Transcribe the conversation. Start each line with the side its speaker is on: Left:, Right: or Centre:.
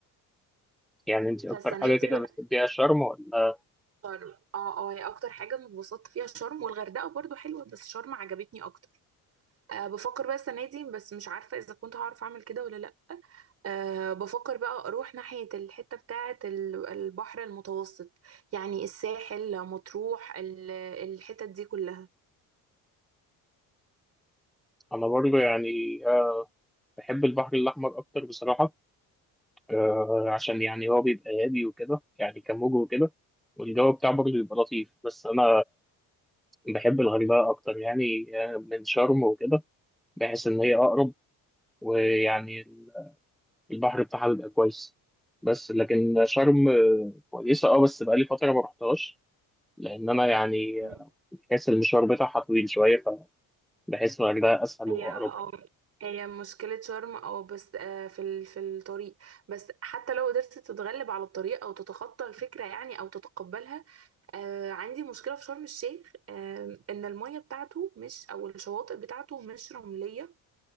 Centre: يعني انت اكتر
Right: فالسنه
Centre: حاجه
Right: دي
Centre: كده
Right: بقى
Centre: بتحبيها شرم ولا
Right: شرم اه اه هي اكتر حاجه انا اتبسطت فيها شرم والغردقه برضو حلوه بس شرم عجبتني اكتر أه بفكر بقى السنة دي بس مش عارفة إذا كنت هعرف أعمل كده ولا لأ أه بفكر بقى أروح ناحية الحتة بتاعة ال- البحر المتوسط يعني الساحل مطروح ال- الحتت دي كلها
Centre: انا برضه يعني آه، بحب البحر الاحمر اكتر بصراحه آه، عشان يعني هو بيبقى هادي وكده يعني كموج وكده والجو بتاعه برضه بيبقى لطيف بس انا بحب الغردقه اكتر يعني آه، من شرم وكده بحس ان هي اقرب ويعني البحر بتاعها بيبقى كويس بس لكن شرم آه، كويسة اه بس بقالي فترة ما رحتهاش لأن أنا يعني
Right: مم.
Centre: بحس المشوار بتاعها طويل شوية فبحس إن الغردقة أسهل
Right: هي
Centre: وأقرب
Right: اه هي مشكلة شرم أو بس أه في ال- في الطريق بس حتى لو قدرت تتغلب على الطريق أو تتخطى الفكرة يعني أو تتقبلها أه عندي مشكلة في شرم الشيخ أه إن المية بتاعته مش أو الشواطئ بتاعته مش رملية